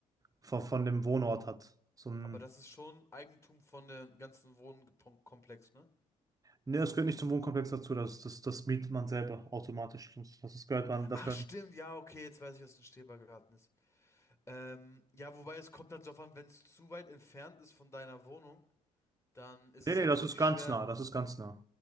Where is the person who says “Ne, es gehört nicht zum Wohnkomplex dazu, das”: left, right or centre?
Right